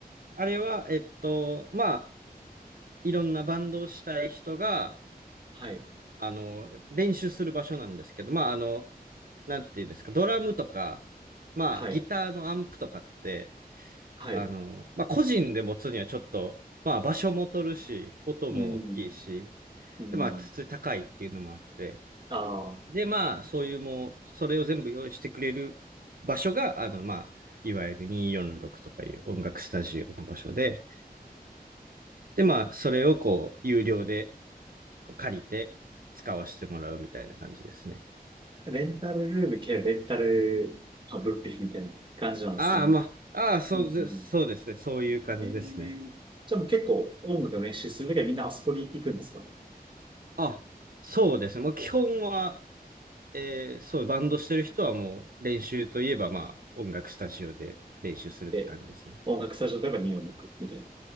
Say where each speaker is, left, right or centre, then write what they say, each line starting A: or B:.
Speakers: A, on the right; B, on the right.
A: あれは、えっと、まあ、いろんなバンドをしたい人が、
B: はい。
A: あの、練習する場所なんですけど、まあ、あの、なんていうんですか、ドラムとか、まあ、
B: はい。
A: ギターのアンプとかって、
B: はい。
A: あの、まあ、個人で持つにはちょっと、まあ、場所も取るし、音も大きいし、
B: うん。うん。
A: で、まあ、普通に高いっていうのもあって、
B: あ
A: で、まあ、そういうもう、それを全部用意してくれる場所が、あの、まあ、いわゆる246とかいう音楽スタジオの場所で、で、まあ、それをこう、有料でこう借りて使わせてもらうみたいな感じですね。
B: あ、レンタルルーム兼レンタル、あ、物品みたいな感じなんですね。
A: ああ、まあ、ああ、そうです、
B: うん。うんうん
A: そうですね。そういう感じですね。
B: ええじゃあもう結構音楽の練習するときはみんなあそこに行くんですか
A: あ、そうですね。もう基本は、えーそう、バンドしてる人はもう練習といえばまあ音楽スタジオで練習するって感じですね。
B: で、音楽スタジオとかに音楽みたい